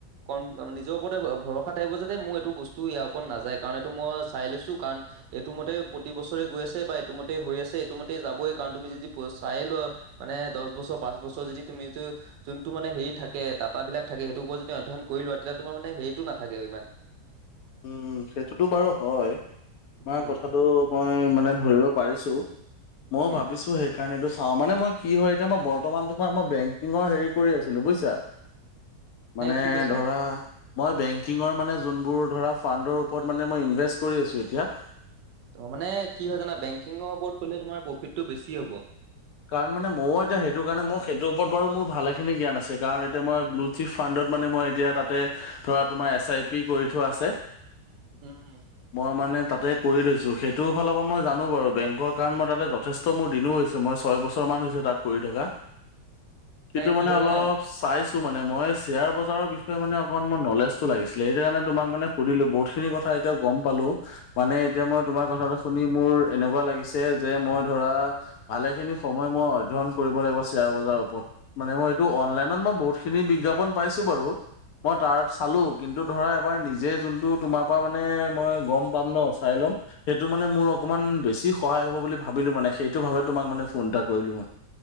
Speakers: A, on the right (about 80°); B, on the left (about 70°).
A: <unintelligible> নিজৰ ওপৰতে ভৰসা টাইপ তে যেতিয়া মোৰ এইটো বস্তু ইয়াৰ ওপৰত নাযায় কাৰণ এইটো মই চাই লৈছো কাৰণ এইটো মতে প্ৰতি বছৰে গৈ আছে বা এইটো মতে হৈ আছে এইটো মতেই যাবই কাৰণ তুমি যদি প চাই লোৱা মানে দশ বছৰ পাঁচ বছৰ যদি তুমি যিটো যোনটো মানে হেৰি থাকে ডাটাবিলাক থাকে সেইটো ওপৰত যদি অধ্যয়ন কৰি লোৱা তেতিয়া তোমাৰ মানে হেৰিটো নাথাকে ইমান।
B: উম, সেইটোতো বাৰু হয়, তোমাৰ
A: উম
B: কথাটো মই মানে ধৰিব পাৰিছোঁ,
A: উম
B: মই ভাবিছো সে কাৰণ এইটো চাওঁ মানে মই কি হয় এতিয়া মই বৰ্তমানটো মই বেংকিঙৰ হেৰি কৰি আছিলো বুজিছা। মানে
A: কি কৈছা
B: ধৰা, মই বেংকিঙৰ মানে যোনবোৰ ধৰা ফাণ্ডৰ ওপৰত মান মই ইনভেষ্ট কৰি আছোঁ এতিয়া
A: ত' মানে কি হয় জানা বেংকিঙৰ ওপৰত কলে তোমাৰ প্ৰফিটটো বেছি হ'ব।
B: কাৰণ মানে মইও এতিয়া সেইটো কাৰণে মোৰ সেইটোৰ ওপৰত বাৰু মোৰ ভালে খিনি জ্ঞান আছে কাৰণ এতিয়া মই ব্লুুথ থিফ ফাণ্ডত মানে মই এতিয়া তাতে ধৰা তোমাৰ এছ আই পি কৰি থোৱা আছে।
A: উম
B: মই মানে তাতে কৰি থৈছোঁ সেইটো ফালৰ পৰা মই জানো বাৰু বেংকৰ কাৰণ মই তাতে মোৰ যথেষ্ঠ দিনো হৈছে মই ছয় বছৰ মান হৈছে তাতে কৰি থকা কিন্তু
A: কি
B: মানে
A: হয়
B: অলপ
A: জানা
B: চাই চাইছো মানে মই শেয়াৰ বজাৰৰ বিষয়ে অকন মান নলেজটো লাগিছিল, সেইকাৰণে তোমাক মানে সুধিলো বহুত খিনি কথা এতিয়া গম পালো মানে এতিয়া মই তোমাৰ কথাটো শুনি মোৰ এনেকুৱা লাগিছে যে মই ধৰা ভালে খিনি সময় মূৰৰ অধ্যয়ন কৰিব লাগিব শ্বেয়াৰ বজাৰৰ ওপৰত, মানে মই এইটো অনলাইনত মই বহুতখিনি বিজ্ঞাপন পাইছো বাৰু মই তাৰক চালো কিন্তু ধৰা এবাৰ নিজে যোনটো তোমাৰ পৰা মানে মই গম পাম ন' চাই ল'ম সেইটো মানে মোৰ অকণমান বেছি সহায় হ'ব বুলি ভাবিলো মানে সেইটো ভাবে তোমাক মানে ফোন এটা কৰিলোঁ মই